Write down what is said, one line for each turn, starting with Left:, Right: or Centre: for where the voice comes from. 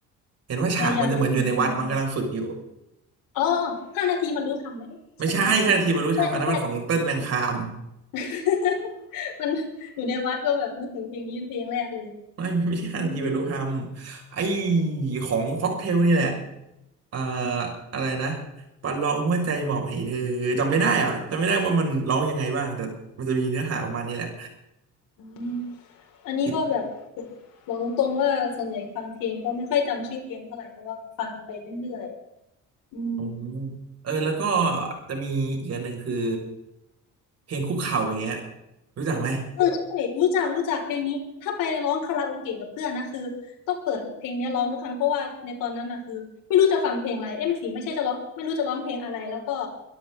Right: เห็นว่าฉากมันจะเหมือนอยู่ในวัดมันกำลังฝึกอยู่
Left: พยายามที่อืมอ๋อห้านาทีมันรู้ทำเลยเอ๊ะใช่เหรอ
Right: ไม่ใช่ห้านาทีบรรลุธรรมอันนั้นมันของเติ้ลแมงคาม
Left: ใช่ไม่ใช่ <laughs> มันอยู่ในวัดก็แบบนึกถึงเพลงนี้เป็นเพลงแรกเลย
Right: ไม่ไม่ไม่ใช่ทันาทีไปรู้คำไอ้
Left: อืม
Right: ของค็อกเทลนี่แหละเอ่อ
Left: อ
Right: อะไรนะประลองหัวใจหมอบให้เธอจำไม่ได้อ่ะจำไม่ได้ว่ามันร้องยังไงบ้างแต่มันจะมีเนื้อหาประมาณนี้แหละ
Left: ืม อันนี้ก็แบบ
Right: อีก
Left: บอกตรงๆว่าส่วนใหญ่ฟังเพลงก็ไม่ค่อยจำชื่อเพลงเท่าไหร่เพราะว่าฟังไปเรื่อยๆอืม
Right: อืมเออแล้วก็จะมีอีกอันหนึ่งคือเพลงคุกเข่าอย่างเงี้ยรู้จักไหม
Left: เออใช่รู้จักรู้จักเพลงนี้ถ้าไปร้องคาราโอเกะกับเพื่อนนะคือต้องเปิดเพลงเนี้ยร้องทุกครั้งเพราะว่าในตอนนั้นนะคือไม่รู้จะฟังเพลงอะไรเอ้ยไม่สิไม่ใช่จะร้องไม่รู้จะร้องเพลงอะไรแล้วก็